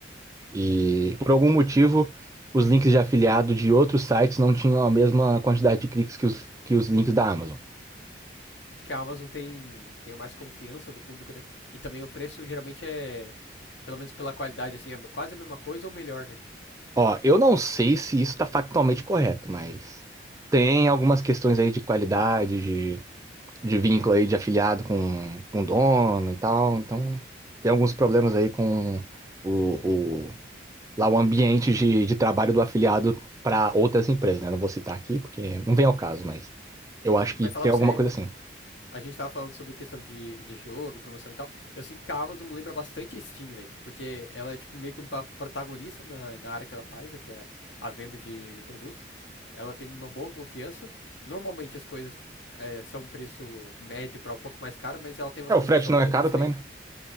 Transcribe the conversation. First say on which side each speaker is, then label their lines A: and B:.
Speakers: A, on the right; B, on the left.
A: E,
B: Hum.
A: por algum motivo, os links de afiliado de outros sites não tinham a mesma quantidade de cliques que os, que os links da Amazon.
B: Acho que a Amazon tem, tem mais confiança do público, né, e também o preço geralmente é, pelo menos pela qualidade, assim, é quase a mesma coisa ou melhor, né,
A: Ó, eu não sei se isso está factualmente correto, mas tem algumas questões aí de qualidade, de, de vínculo aí de afiliado com, com o dono e tal. Então, tem alguns problemas aí com o, o- lá o ambiente de, de trabalho do afiliado para outras empresas, né? Não vou citar aqui porque não vem ao caso, mas eu acho
B: Sim, mas
A: que tem
B: falar pra
A: alguma
B: você,
A: coisa assim.
B: A gente tava falando sobre questão de, de jogo e promoção e tal. Eu sinto que a Amazon lembra bastante a Steam, velho. Porque ela é, tipo, meio que uma protagonista na, na área que ela faz, né? Que é a venda de, de produtos. Ela tem uma boa confiança. Normalmente as coisas é, são um preço médio pra um pouco mais caro, mas ela tem umas
A: É, o
B: promoção
A: frete não
B: que
A: é
B: às
A: caro
B: vezes
A: também,
B: vem.
A: né?